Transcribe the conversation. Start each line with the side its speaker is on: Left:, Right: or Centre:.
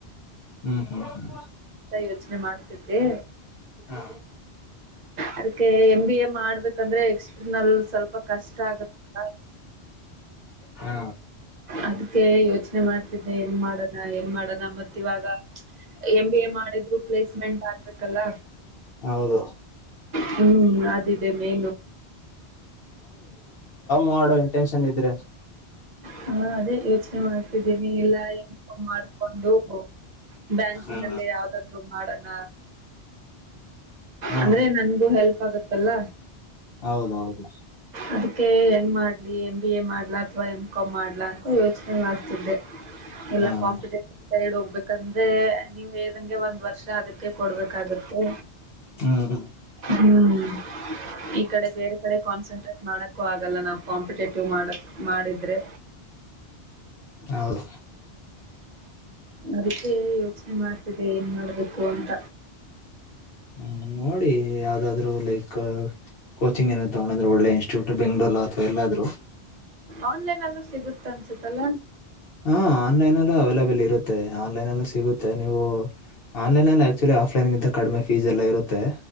Left: ಹ್ಮ್ ಹ್ಮ್ ಹ್ಮ್ ಹ್ಮ್
Right: ಯೋಚನೆ ಮಾಡ್ತಿದ್ದೆ
Left: ಹಾ
Right: ಅದಕ್ಕೆ ಎ ಬಿ ಎ ಮಾಡ್ಬೇಕ ಂದ್ರೆ ಎಕ್ಸ್ಟರ್ನಲ್ ಸ್ವಲ್ಪ ಕಷ್ಟ ಆಗುತ್ತೆ
Left: ಹಾ
Right: ಅದಕ್ಕೆ ಯೋಚನೆ ಮಾಡ್ತಿದ್ದೆ ಏನ್ ಮಾಡಣ ಏನ್ ಮಾಡ ತ್ ಇವಾಗ ಎ ಬಿ ಎ ಮಾಡಿದ್ರು ಪ್ಲೇಸ್ಮೆಂಟ್ ಆಗ್ಬೇಕಲ್ಲ
Left: ಹೌದು
Right: ಹ್ಮ ಅದಿದೆ ಮೇ
Left: ಮಾಡಟೆನ್ಷನ್ ಇದ್ರೆ
Right: ನಮ್ಮ ಅ ೆ ಮಾಡ್ತಿದ್ದೀನಿ ಇಲ್ಲ ಮಾಡ್ಕೊಂಡು ಬ್ಯಾಂಕಿಂಗ್
Left: ಹಾ
Right: ನಲ್ಲಿ ಯಾವ್ದಾದ್ರು ಮಾಡಣ
Left: ಹಾ
Right: ಅಂದ್ರೆ ನನ್ಗೂ ಹೆಲ್ಪ್ ಆಗತ್ತಲ್ಲ
Left: ಹೌದೌದು
Right: ಅದ ಏನ್ ಮಾಡ್ಲಿ ಎ್ ಬಿ ಎ ಮಾಡ್ಲಾ ಅಥವಾ ಎಮ್ ಕಾಾಮ್ ಮಾಡ್ಲಾ ಅಂತ ಯೋಚನೆ ಮಾಡ್ತಿದ್ದೆ ಎಲ್ಲ
Left: ಹಾ ಹ್ಮ್
Right: ಕಾಂಪಿಟ್ ಸೈಡ್ ಹೋಗ ಬಂದ್ರೆ ನೀವ್ ಹೇಳ್ದಂಗೆ ಒಂದ್ ವರ್ಷ ಅದಕ್ಕೆ ಕೊಡ್ಬೇಕಾಗತ್ತೆ
Left: ಹ್ಮ್
Right: ಹ್ಮ್ ಹ ಈ ಕಡೆ ಬೇರೆ ಕಡೆ ಕಾನ್ಸೆಂಟ್ರೇಟ್ ಮಾಡ ಆಗಲ್ಲ ನಾವು ಕಾಂಪಿಟೇಟಿವ್ ಮಾಡಕ್ ಮಾಡಿದ್ರೆ.
Left: ಹೌದು.
Right: ಅದಕ್ಕೆ ಯೋಚನೆ ಮಾಡ್ತಿದ್ದೆ ಏನ್ ಮಾಡ್ಬೇಕು ಅಂತ.
Left: ಹ್ಮ್ ನೋಡಿ ಯಾವ್ದಾದ್ರು ಲೈಕ್. ಕೋಚಿಂಗ್ ಏನ ತಗೋಂದ್ರೆ ಒಳ್ಳೆ ಇನ್ಸ್ಟಿಟ್ಯೂಟ್ ಬೆಂಗಂಗಳೂರು ಅಥವಾ ಎಲ್ಲಾದ್ರೂ
Right: ಆನ್ಲೈನ್ ಅಲ್ಲು ಸಿಗುತ್ತ ಅನ್ಸತ್ತಲ್ಲ.
Left: ಹಾ ಆನ್ಲೈನಲ್ಲೂ ಅವೈಲಬಲ್ ಇರುತ್ತೆ ಆನ್ಲೈನ್ ನಲ್ಲೂ ಸಿಗುತ್ತೆ ನೀವು ಆನ್ಲೈನ್ ಆಕ್ಚುಲಿ ಆಫ್ಲೈನ್ಗಿಂತ ಕಡಿಮೆ ಫೀಸ್ ಎಲ್ಲ ಇರುತ್ತೆ.